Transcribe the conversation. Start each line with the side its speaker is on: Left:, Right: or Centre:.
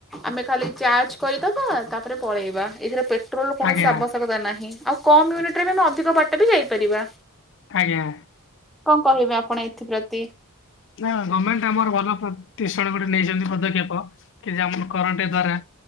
Centre: ଆମେ ଖାଲି ଚାର୍ଜ କରିଦବା ତାପରେ ପଳେଇବା ଏଥିରେ ପେଟ୍ରୋଲ ର କୌଣସି
Left: ଆଜ୍ଞା
Centre: ଆବଶ୍ୟକତା ନାହିଁ ଆଉ କମ୍ ୟୁନିଟରେ ବି ଆମେ ଅଧିକ ବାଟ ବି ଯାଇପାରିବା।
Left: ଆଜ୍ଞା।
Centre: କଣ କହିବେ ଆପଣ ଏଥିପ୍ରତି?
Left: ନା ଗମେଣ୍ଟ ଆମର ଭଲ ପ୍ରତିଷଣ ଗୋଟେ ନେଇଛନ୍ତି ପଦକ୍ଷେପ କି ଯେ ଆମ କରରେଣ୍ଟ ଦ୍ଵାରା